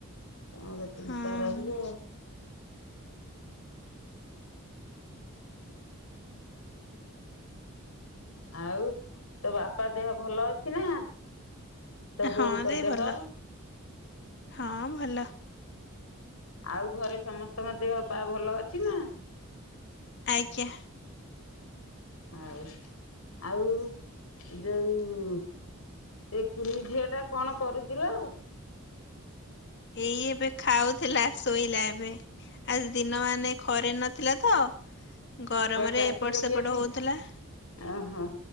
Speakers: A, on the left; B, on the left.
A: କଣ ଚିନ୍ତା
B: ହଁ
A: ରହିବ? ଆଉ ତୋ ବାପା ଦେହ ଭଲ ଅଛି ନା, ତୋ
B: ହଁ
A: ବୋଉଙ୍କ
B: ଦେଇ
A: ଦେହ?
B: ଭଲ ହଁ ଭଲ।
A: ଆଉ ଘରେ ସମସ୍ତଙ୍କ ଦେହ ପା ଭଲ ଅଛି ନା।
B: ଆଜ୍ଞା।
A: ହଉ ଆଉ ଯୋଉ ସେ କୁନି ଝିଅ ଟା କଣ କରୁଛି ଲୋ।
B: ଏଇ ଏବେ ଖାଉଥିଲା ଶୋଇଲା ଏବେ। ଆଜି ଦିନ ମାନେ ରେ ନଥିଲା ତ ଗରମରେ
A: କୁଆଡେ ଯାଇଥିଲେ
B: ଏପଟ
A: କି
B: ସେପଟ
A: ଆଜି?
B: ହଉଥିଲା
A: ଓହୋ